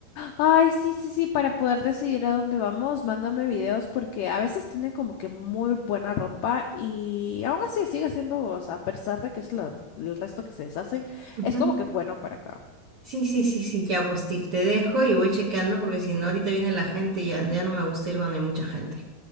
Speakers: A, on the left (about 80°); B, on the right (about 55°).
A: Ay, sí, sí, sí, para poder decidir a dónde vamos, mándame videos porque a veces tienen como que muy buena ropa y aún así sigue siendo, o sea, a pesar de que es la- el resto que se deshacen,
B: Ujú.
A: es como que bueno para acá.
B: Sí, sí, sí, sí, ya pues Steve, te dejo y voy chequeando porque si no ahorita viene la gente y ya, ya no me gusta ir cuando hay mucha gente.